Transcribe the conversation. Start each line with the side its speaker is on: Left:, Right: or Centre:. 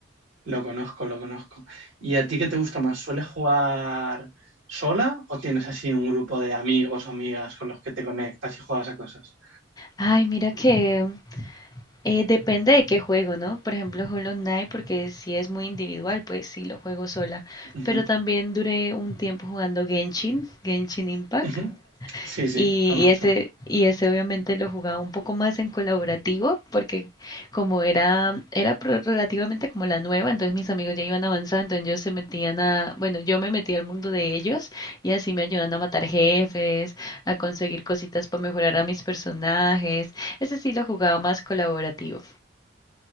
Right: lo conozco, lo conozco. ¿Y a ti qué te gusta más? ¿Sueles jugar sola o tienes así un grupo de amigos o amigas con los que te conectas y juegas a cosas?
Left: Ay, mira que Eh, depende de qué juego, ¿no? Por ejemplo, Hollow Knight, porque si es muy individual, pues sí lo juego sola.
Right: Ujú,
Left: Pero también duré un tiempo jugando Genshin, Genshin Impact.
Right: ujú. Sí, sí,
Left: Y,
Right: conozco.
Left: y ese, y ese obviamente lo jugaba un poco más en colaborativo, porque como era, era pro- relativamente como la nueva, entonces mis amigos ya iban avanzando, entonces ellos se metían a, bueno, yo me metí al mundo de ellos y así me ayudan a matar jefes, a conseguir cositas para mejorar a mis personajes. Ese sí lo jugaba más colaborativo.